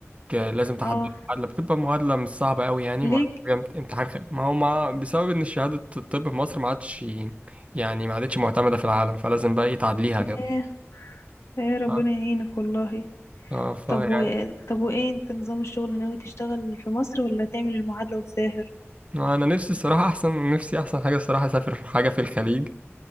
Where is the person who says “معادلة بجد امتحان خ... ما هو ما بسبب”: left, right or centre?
Right